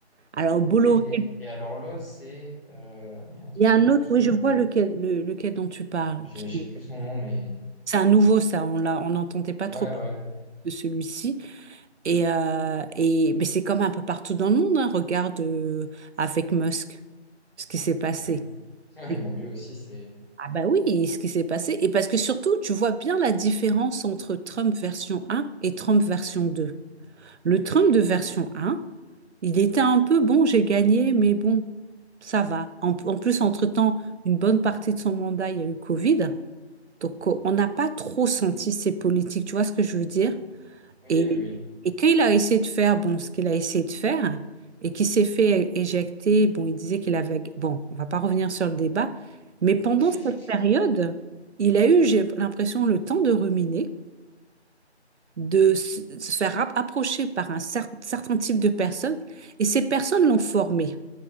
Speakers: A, on the right; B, on the left.
A: Alors, Bolloré,
B: oui. Et, et alors l'autre, c'est euh, merde,
A: Il
B: je
A: y
B: me
A: a
B: souviens
A: un autre,
B: plus son
A: oui,
B: nom.
A: je vois lequel, le- lequel dont tu parles.
B: J'ai
A: qui-
B: j'ai plus son nom, mais
A: C'est un nouveau, ça, on l'a, on n'entendait pas
B: ouais,
A: trop
B: ouais,
A: de celui-ci. Et, euh, et, mais c'est comme un peu partout dans le monde, hein. Regarde euh, avec Musk ce qui s'est passé.
B: ouais. <laughs> Ouais,
A: Et-
B: bon, lui aussi, c'est
A: Ah bah oui, ce qui s'est passé. Et parce que surtout, tu vois bien la différence entre Trump version un et Trump version deux Le Trump de version 1, il était un peu bon, j'ai gagné, mais bon, ça va. En, en plus, entre-temps, une bonne partie de son mandat, il y a eu Covid. Donc, euh, on n'a pas trop senti ses politiques, tu vois ce que je veux dire?
B: oui,
A: Et,
B: oui,
A: et quand il a essayé de faire, bon, ce qu'il a essayé de faire, et qu'il s'est fait éjecter, bon, il disait qu'il avait... Bon, on va pas revenir sur le débat, mais pendant
B: oui.
A: cette
B: <laughs>
A: période, il a eu, j'ai l'impression, le temps de ruminer de s- se faire app- approcher par un cer- certain type de personnes, et ces personnes l'ont formé.